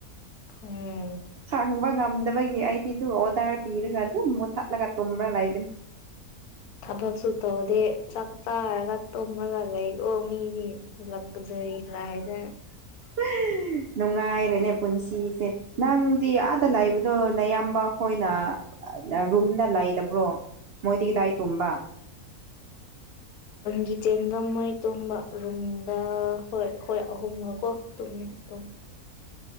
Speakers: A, on the left; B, on the right.
A: ꯎꯝ
B: ꯐꯪꯕ ꯉꯝꯗꯕꯒꯤ ꯑꯩꯗꯤꯗꯨ ꯑꯣꯗꯔ ꯄꯤꯔꯒ ꯑꯗꯨꯝ ꯃꯨꯠꯊꯠꯂꯒ ꯇꯨꯝꯕ꯭ꯔꯥ ꯂꯩꯕꯅꯤ
A: ꯊꯕꯛ ꯁꯨ ꯇꯧꯗꯦ ꯆꯥꯛ ꯆꯥꯔꯒ ꯇꯨꯝꯂꯒ ꯂꯩꯀꯣ ꯃꯤꯗꯤ <unintelligible>
B: ꯎꯝ ꯅꯨꯡꯉꯥꯏꯔꯦꯅꯦ ꯄꯨꯟꯁꯤꯁꯦ ꯅꯪꯗꯤ ꯑꯥꯗ ꯂꯥꯛꯏꯕꯗꯣ ꯅꯌꯥꯝꯕ ꯈꯣꯏꯅ ꯔꯨꯝꯗ ꯂꯩꯇꯕ꯭ꯔꯣ ꯃꯣꯏꯗꯤ ꯀꯥꯗꯥꯏ ꯇꯨꯝꯕ <inaudible>
A: ꯀꯤꯆꯦꯟꯗ ꯃꯣꯏ ꯇꯨꯝꯕ ꯔꯨꯝꯗ ꯍꯣꯏ ꯑꯈꯣꯏ ꯑꯍꯨꯝꯒꯀꯣ ꯇꯨꯝꯃꯤ ꯑꯗꯨꯝ